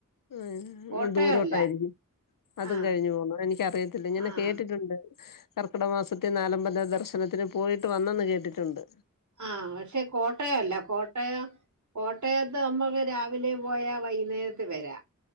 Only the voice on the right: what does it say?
കോട്ടയമല്ല
ആഹ്
ആഹ്
ആഹ് പക്ഷെ കോട്ടയല്ല കോട്ടയം കോട്ടയത്ത് നമ്മക്ക് രാവിലെ പോയാ വൈകുന്നേരത്ത് വരാ.